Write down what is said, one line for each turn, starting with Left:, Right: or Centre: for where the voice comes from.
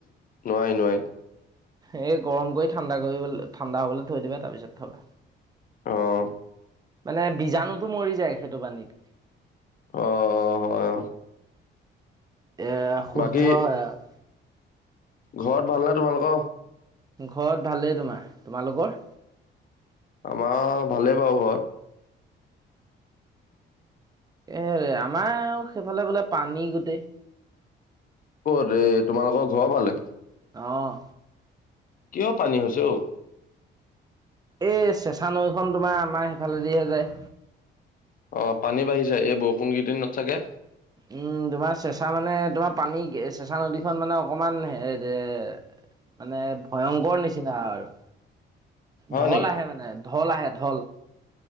Left: নোৱাই নোৱাই
Right: এ গৰম কৰি ঠাণ্ডা কৰিব ঠাণ্ডা হবলৈ থৈ দিবা তাৰপিছত থবা
Left: আহঁ
Right: মানে বীজাণুতটো মৰি যায় সেইটো পানীত <unintelligible>
Left: অঁ হয়
Right: এ শুদ্ধ
Left: বাকী
Right: হয় আৰু
Left: ঘৰত ভাল নে তোমালোকৰ <unintelligible>
Right: ঘৰত ভালেই তোমাৰ তোমালোকৰ
Left: আমাৰ ভালেই বাৰু ঘৰত
Right: এ আমাৰ সেইফালে বোলে পানী গোটেই
Left: ক'ত এই তোমালোকৰ ঘৰ ভালে
Right: অঁ
Left: কিয় পানী হৈছে অঔ
Right: এই চেঁচা নৈখন তোমাৰ আমাৰ সেইফালে দিয়ে যায়
Left: অঁ পানী বাঢ়িছে এই বৰষুণ কেইদিনত চাগে
Right: উম তোমাৰ চেঁচা মানে তোমাৰ পানী চেঁচা নদীখন মানে অকমান হে মানে ভয়ংকৰ নিচিনা আৰু
Left: হয়
Right: ঢল
Left: নেকি
Right: আহে মানে ঢল আহে ঢল